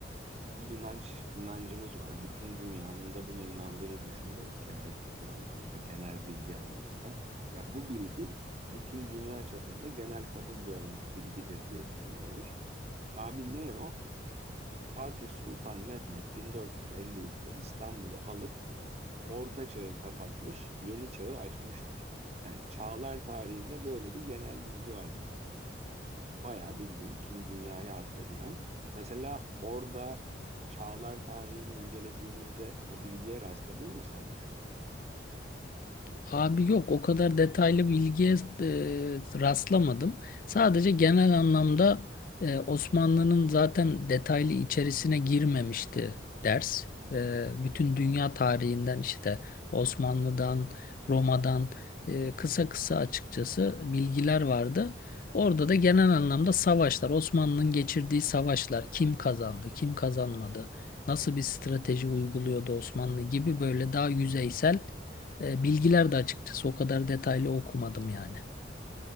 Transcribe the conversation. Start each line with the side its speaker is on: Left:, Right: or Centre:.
Right: bir inanç, inancımız var. Bütün dünyanın da buna inandığını düşünüyoruz genel kültür anlamında, genel bilgi anlamında. Ya bu bilgi bütün dünya çapında genel kabul görmüş bilgidir diye düşünüyoruz. Abi ne o? Fatih Sultan Mehmet 1453'te İstanbul'u alıp Orta Çağ'ı kapatmış, Yeni Çağ'ı açmıştır. Yani çağlar tarihinde böyle bir genel bilgi var bize öğretilen. Bayağı bildiğin tüm dünyaya atfedilen. Mesela orada çağlar tarihini incelediğinizde bu bilgiye rastladın mı sen?
Left: Abi yok o kadar detaylı bilgiye e, rastlamadım. Sadece genel anlamda e, Osmanlı'nın zaten detaylı içerisine girmemişti ders. E, bütün dünya tarihinden işte Osmanlı'dan, Roma'dan e, kısa kısa açıkçası bilgiler vardı. Orada da genel anlamda savaşlar, Osmanlı'nın geçirdiği savaşlar, kim kazandı, kim kazanmadı, nasıl bir strateji uyguluyordu Osmanlı gibi böyle daha yüzeysel e, bilgiler de açıkçası o kadar detaylı okumadım yani.